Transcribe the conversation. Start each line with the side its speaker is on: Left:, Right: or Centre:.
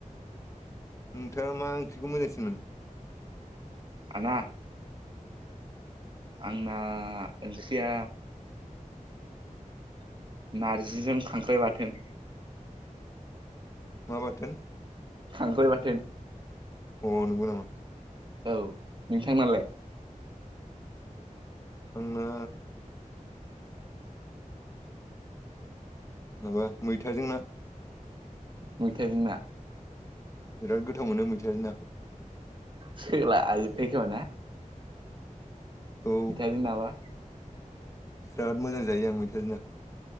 Left: नोंथांङा मा ओंख्रिखौ मोजांसिन मोनो।
Right: आंना। आंना ओंख्रिया। नारजिजों खांख्राइ बाथोन।
Left: मा बाथोन।
Right: खांख्राय बाथोन।
Left: अ नंगौ नामा।
Right: औ नोंथांनालाय।
Left: आंना। माबा मैथाजों ना।
Right: मैथायजों ना।
Left: बिराद गोथाव मोनो मैथाजों नाखौ।
Right: सोला जोबखायो खोमा ना।
Left: औ
Right: मैथाजों नाबा।
Left: बिराद मोजां जायो आं मैथाजों नाखौ।